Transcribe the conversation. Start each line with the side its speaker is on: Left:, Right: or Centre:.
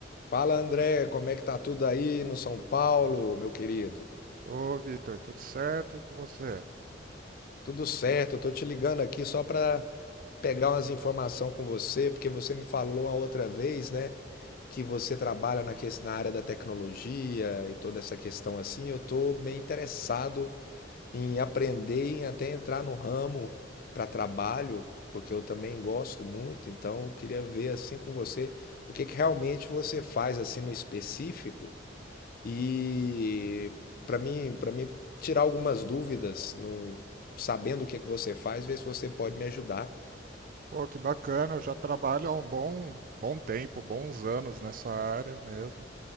Left: Fala André, como é que tá tudo aí no São Paulo, meu querido?
Right: Ô, Vitor, tudo certo? E com você?
Left: Tudo certo, eu tô te ligando aqui só para pegar umas informações com você, porque você me falou a outra vez, né, que você trabalha na, ques- na área da tecnologia e toda essa questão assim. Eu tô bem interessado em aprender, em até entrar no ramo para trabalho, porque eu também gosto muito, então eu queria ver assim com você o que que realmente você faz assim no específico E para mim, para mim tirar algumas dúvidas, no- sabendo o que que você faz, ver se você pode me ajudar.
Right: Pô, que bacana, eu já trabalho há um bom, bom tempo, bons anos nessa área mesmo.